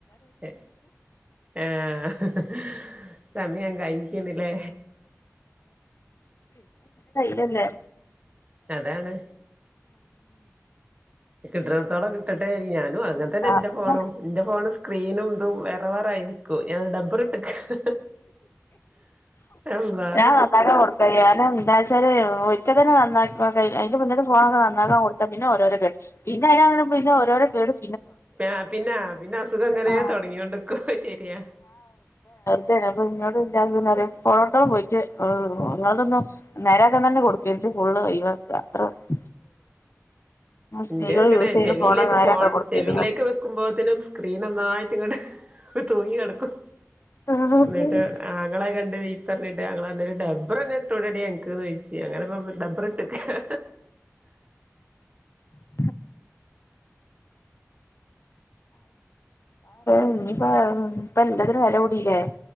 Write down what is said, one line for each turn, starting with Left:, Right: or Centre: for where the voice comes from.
Right: ഏ ആഹ്. സമയം കഴിഞ്ഞിക്കണു ലെ
Left: ല്ലെ.
Right: അതാണ്, കിട്ടണടത്തോളം കിട്ടട്ടെ ഞാനും അങ്ങനെതന്നെയെന്റെ
Left: ആഹ്
Right: ഫോണും, എന്റെ ഫോണ് സ്ക്രീനും ഇതും വേറെ വേറെയായി നിക്കുവ ഞാൻ ഡബർ ഇട്ടേക്കുവ. അള്ളാ
Left: ഞാൻ അന്നേരം ഓർത്തേ ആരാ നീ എന്താവച്ചാലെ, ഒരിക്ക തന്നെ നന്നാക്കാ അതിന്റെ മുന്നേലത്തെ ഫോണൊക്കെ നന്നാക്കൻ കൊടുത്താ പിന്നെ ഓരോരോ കേട്. പിന്നെ അതിന്പിന്നെ ഓരോരോ കേടും
Right: മ്യാ പിന്നാ അ പിന്നെ അസുഖ അങ്ങനെ
Left: ആ
Right: തുടങ്ങിക്കോണ്ട് നിക്കും ശരിയാ
Left: ചെലപ്പോം ഇങ്ങട് <unintelligible> അതൊന്നും നേരാക്കാൻ തന്നെ <unintelligible> ഫുള്ള് <unintelligible> സ്ത്രീകൾ
Right: എന്റെ അങ്ങനെ
Left: യൂസ് ചെയ്യുന്ന
Right: ചെവിയിലേക്ക്
Left: ഫോണ് നേരാക്കാൻ
Right: ഫോൺ
Left: കൊടുക്കരുത്
Right: ചെവിയിലേക്ക് വെക്കുമ്പോളത്തേനും സ്ക്രീന നന്നായിട്ട് ഇങ്ങട് തൂങ്ങി കിടക്കും
Left: ആഹ്
Right: എന്നിട്ട് ആങ്ങളെ കണ്ടു കഴി കണ്ടിട്ട് ഞങ്ങള് അന്നേരം <unintelligible> ഇട്ടൂടേടീ അന ക്ക്‌ ചോയിച്ച് അങ്ങനെപ്പം ഡബ്ർ ഇട്ടേക്കുവാ
Left: <unintelligible> ഇനിപ്പ ഇപ്പാ എല്ലാത്തിനും വെല കൂടില്ലേ